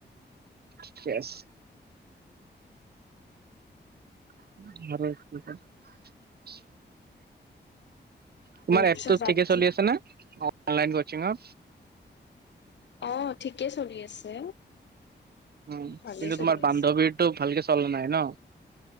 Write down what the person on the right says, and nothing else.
ঠিকে আছে। <unintelligible> <inaudible> তোমাৰ এপটো
ঠিকে চলি আছে নে, নলাইন কচিংৰ
উম
কিন্তু
তোমাৰ
বান্ধৱীৰটো ভালকে চলা নাই ন?